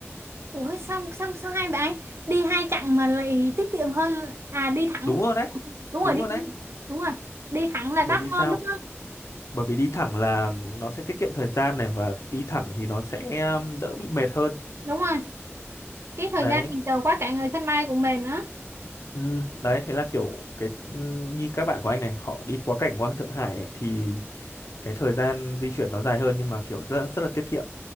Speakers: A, on the right; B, on the left.
A: Ủa sao sao sao hai bạn đi hai chặng mà lại tiết kiệm hơn à đi thẳng
B: đúng rồi đấy
A: đúng rồi
B: đúng
A: đi
B: rồi đấy
A: đúng rồi đi thẳng là đắt
B: bởi vì sao
A: hơn đúng không
B: bởi vì đi thẳng là nó sẽ tiết kiệm thời gian này và đi thẳng thì nó sẽ um, đỡ bị mệt hơn
A: đúng rồi cái thời
B: đấy
A: gian mình chờ quá cả người sân bay của mình nữa
B: ừ, đấy thế là kiểu cái ừm, như các bạn của anh này họ đi quá cảnh qua Thượng Hải ấy, thì cái thời gian di chuyển nó dài hơn nhưng mà kiểu rất rất là tiết kiệm